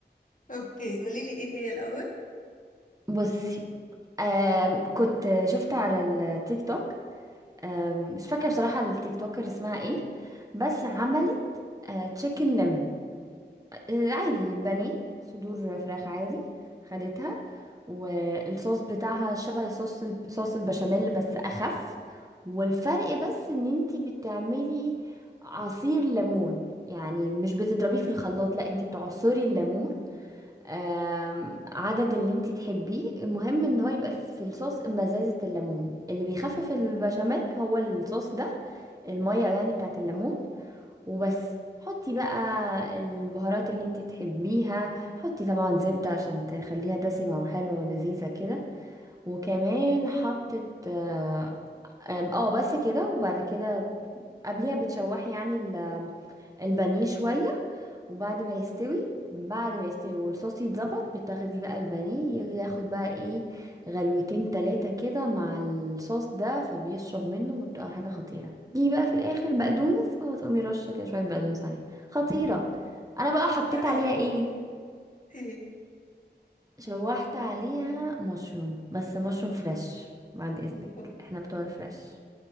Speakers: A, on the left; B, on the right.
A: اوكي قولي لي ايه هي الاول
B: بصي آم كنت شفت على التيك توك آم مش فاكره بصراحه التيك توكر اسمها ايه بس عملت تشيكن ليمون عادي بانيه صدور فراخ عادي خدتها والصوص بتاعها شبه صوص ال- صوص البشاميل بس اخف والفرق بس ان انتي بتعملي عصير ليمون يعني مش بتضربيه في الخلاط لا انتي بتعصري الليمون آم، عدد اللي انتي تحبيه المهم ان هو يبقى في الصوص مزازة الليمون اللي بيخفف البشاميل هو الصوص ده المية يعني بتاعت الليمون وبس حطي بقى البهارات اللي انتي تحبيها حطي طبعا زبدة عشان تخليها دسمة وحلوة ولذيذة كده وكمان حطت اه آم، آه، بس كده وبعد كده قبليها بتشوحي يعني ال- البانيه شوية وبعد ما يستوي بعد ما يستوي والصوص يتظبط بتاخدي بقى البانيه ياخد بقى ايه غلوتين تلاتة كده مع الصوص ده فبيشرب منه فبتبقى حاجة خطيرة دي بقى في الآخر بقدونس وتقومي رشة كده شوية بقدونس عليها خطيرة أنا بقى حطيت
A: لا
B: عليها
A: ايه
B: ايه
A: إيه؟
B: شوحت عليها مشروم بس مشروم فريش بعد إذنك
A: أوكي.
B: احنا بتوع الفريش